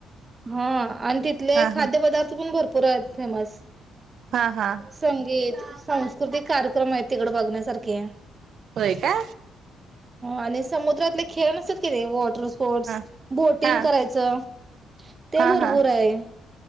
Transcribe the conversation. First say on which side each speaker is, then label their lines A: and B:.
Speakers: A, on the right; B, on the right.
A: हा आणि तिथले
B: हा
A: खाद्य
B: हा
A: पदार्थ पण भरपूर परत फेमस
B: हा हा
A: संगीत सांस्कृतिक कार्यक्रम आहेत. तिकड बघण्यासारखे.
B: होय का.
A: आणि समुद्रातले खेळ नसतात की ते वॉटर स्पोर्टस
B: हा
A: बोटिंग
B: हा
A: करायचं ते
B: हा
A: भरपूर
B: हा
A: आहे.